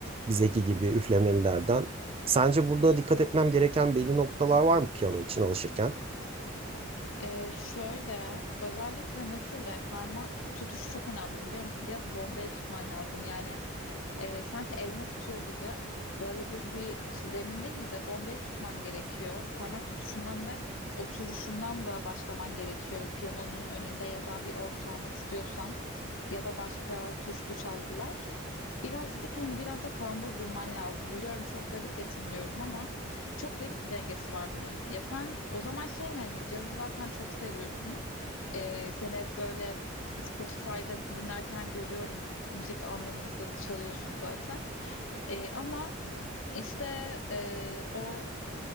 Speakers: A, on the right; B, on the left.
A: bizdeki gibi üflemelilerden sence burada dikkat etmem gereken belli noktalar var mı piyano için alışırken?
B: E, şöyle özellikle nasıl yani parmak tutuşu çok önemli biliyor musun? Biraz bombeli tutman lazım yani e, sanki elma tutuyor gibi böyle düz bir zemin değil de bombeli tutman gerekiyor. Parmak tutuşundan ve oturuşundan da başlaman gerekiyor. Piyanonun önünde ya da bir org çalmak istiyorsan ya da başka tuşlu çalgılar. Biraz dik ama biraz da kambur durman lazım. Biliyorum çok garip betimliyorum ama çok garip bir dengesi var bunun. Ya sen o zaman şey mi hani cazı zaten çok seviyorsun. E, seni hep böyle Spotify'da dinlerken görüyorum müzik anlamında da çalıyorsun zaten. E, ama işte e, o